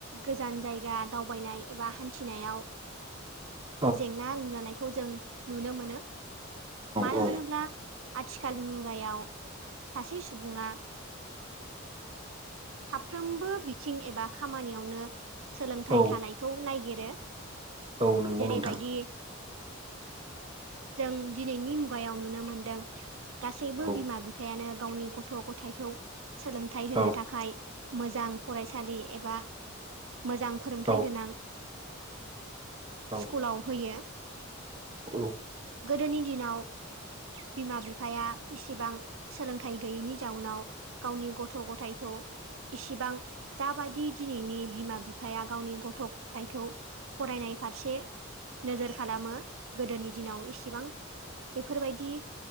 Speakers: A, on the right; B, on the right.
A: गोजान जायगा दावबायनाय एबा हान्थिनायाव
B: <inaudible>
A: जेंना नुजानायखौ जों नुनो मोनो। मानो
B: औ
A: होनोब्ला आथिखाल मुगायाव सासे सुबुङा साफ्रोमबो बिथिं एबा खामानियावनो सोलोंथाइ
B: औ
A: थानायखौ नायगिरो
B: औ नंगौ
A: जेरैबायदि
B: नोंथां <inaudible>
A: जों दिनैनि मुगायाव नुनो मोनदों गासैबो
B: औ
A: बिमा बिफायानो गावनि गथ' गथाइखौ सोलोंथाइ होनो
B: औ
A: थाखाय मोजां फरायसालि एबा मोजां फोरोंथाइ
B: औ औ
A: गोनां
B: औ
A: स्कुलाव होयो
B: औ
A: गोदोनि दिनाव बिमा बिफाया इसेबां सोलोंथाइ गैयैनि जाउनाव गावनि गथ' गथाइखौ इसिबां जाबादि दिनैनि बिमा बिफाया गावनि गथ' गथायखौ फरायनाय फारसे नोजोर खालामो गोदोनि दिनाव एसेबां बेफोरबायदि